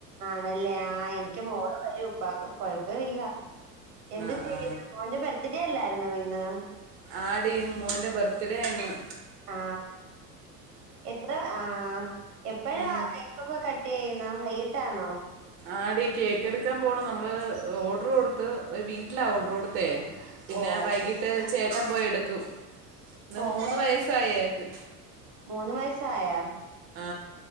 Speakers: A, on the right; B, on the right.
A: ആണല്ലേ ആ എനിക്ക് മോള് വരും ഉപ്പ കൊഴപ്പമില്ല എന്ത്
B: ആ
A: ചെയ്യുന്നു
B: ആ
A: കോന്റെ ബർത്ത്ഡേ അല്ലായിരുന്നു ഇന്ന്
B: ആടി മോൻ്റെ ബർത്ത്ഡേ ആയിരുന്നു
A: ആ എത്ര ആ എപ്പോഴാ
B: ഉം.
A: കേക്കൊക്കെ കട്ട് ചെയ്യുന്ന വൈട്ടാണോ
B: ആടീ കേക്ക എടുക്കാൻ പോകണ നമ്മൾ ഓർഡറ് കൊടുത്ത് ഒരു വീട്ടിലാണ് ഓർഡറ് കൊടുത്തേ പിന്നെ
A: ഓ
B: വൈകീട്ട് ചേട്ടൻ പോയി എടുക്കും എന്നാ
A: ഓ
B: മൂന്ന് വയസായയാക്ക്
A: മൂന്ന് വയസ്സായാ
B: ആ